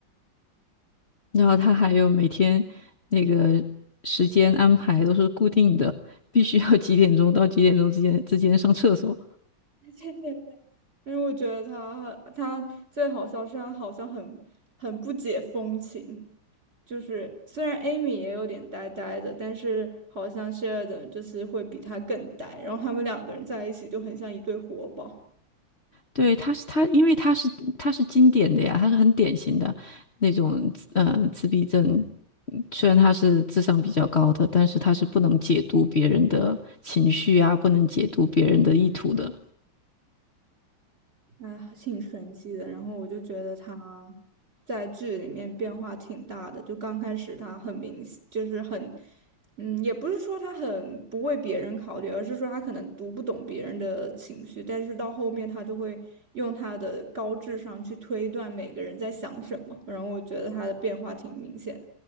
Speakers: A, on the left (about 40°); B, on the right (about 35°).
A: 然后他还有每天那个时间安排都是固定的，必须要几点钟到几点钟之间之间上厕所。
B: <laughs> 因为我觉得他他最好笑是他好像很很不解风情，就是虽然 Amy 也有点呆呆的，但是好像 s h e l d 就是会比他更呆，然后他们两个人在一起就很像一对活宝。
A: 对，他是他，因为他是他是经典的呀，他是很典型的那种呃自闭症。虽然他是智商比较高的，但是他是不能解读别人的情绪啊，不能解读别人的意图的。
B: 哎，挺神奇的。然后我就觉得他在剧里面变化挺大的，就刚开始他很明显，就是很，嗯，也不是说他很不为别人考虑，而是说他可能读不懂别人的情绪，但是到后面他就会用他的高智商去推断每个人在想什么。然后我觉得他的变化挺明显